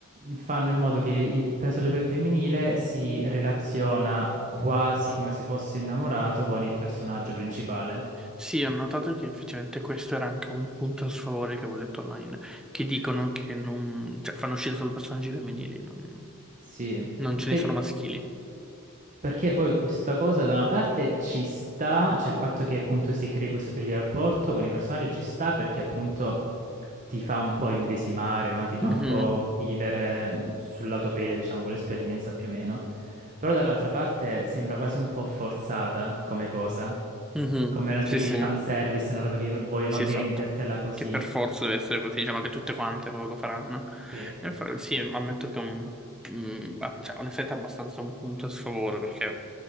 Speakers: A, on the right (about 35°); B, in the centre.
A: fanno in modo che il personaggio pe- femminile si relaziona quasi come se fosse innamorato con il personaggio principale.
B: Sì, ho notato che effettivamente questo era anche un punto a sfavore che avevo letto online, che dicono che non, cioè, fanno uscire solo personaggi femminili, non,
A: Sì,
B: non
A: perché
B: ce ne sono maschili.
A: Perché poi questa cosa da una parte ci sta, cioè il fatto che appunto si crei questa specie di rapporto con i personaggi ci sta perché appunto ti fa un po' immedesimare, no? Ti fa
B: Mhm,
A: un po' vivere mh, sulla tua pelle, diciamo, quell'esperienza più o meno. Però dall'altra parte sembra quasi un po' forzata come cosa,
B: mhm.
A: come una specie
B: Sì, sì,
A: di fanservice, una roba che vogliono
B: sì,
A: vendertela
B: esatto.
A: così.
B: Che per forza deve essere così, diciamo che tutte quante lo, lo faranno.
A: Sì.
B: E fa- sì, ammetto che è un, mm, ba- cioè, onestamente è abbastanza un punto a sfavore, perché